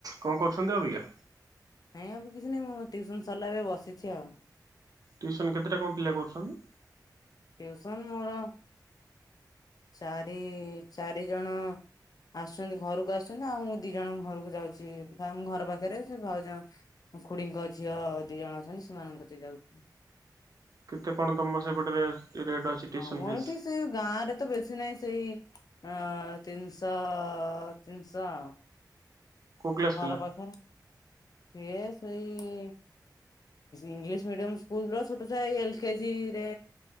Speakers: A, on the right; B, on the left.
A: କଣ କରୁଛନ୍ତି ଅବିକା
B: ନାଇଁବେ କିଛି ନାହିଁ ମୁଁ ଟ୍ୟଉସନ ସରିଲା ଏବେ ବସିଛି ଆଉ
A: ଟିୁସନ୍ କେତେଟା କ ଣ ପିଲା କରୁଛନ୍ତି
B: ଟିଉସନ୍ ମୋର ଚାରି ଚାରିଜଣ ଆସୁଛନ୍ତି ଘରକୁ ଆସୁଛନ୍ତି, ଆଉ ମୁଁ ଦି ଜଣଙ୍କ ଘରକୁ ଯାଉଛି ଆମ ଘର ପାଖରେ ସେ ଭାଉଜ- ଖୁଡିଙ୍କ ଝିଅ ଦି ଜଣ ଅଛନ୍ତି ସେମାନଙ୍କ କତିକି ଯାଉଛନ୍ତି
A: କେତେ କଣ ତମର ସେପଟରେ ରେଟ୍ ଅଛି? ଟିଉସନ
B: ହଁ ମୁଁ
A: ଫିସ୍?
B: ଏଇଠି ସେ ଗାଁ ରେ ତ ବେଶୀ ନାହିଁ ସେଇ ହ ତିନିଶହ, ତିନିଶହ
A: କୋଉ କ୍ଲାସ
B: ଘର
A: ପିଲା?
B: ପାଖରେ ସିଏ ସେଇ ଇଂଲିଶ ମିଡିୟମ ସ୍କୁଲ ର ଛୋଟ ଛ ଏଲ କେଜି ରେ